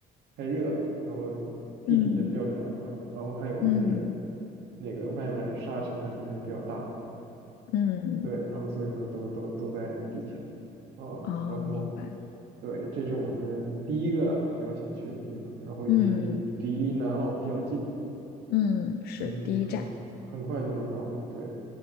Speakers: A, on the right; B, on the left.
A: 太热，然后地底下比较凉快然后还有就是
B: 嗯嗯
A: 那个外面儿沙尘它可能也比较大，
B: 嗯，
A: 对，然后所以说都都都在底下啊，
B: 啊，
A: 然后
B: 明白。
A: 对，这是我们第一个比较想去的地方，然后也是离离南澳比较近，
B: 嗯嗯，是第一站。
A: 嗯，很快很快就能到，对，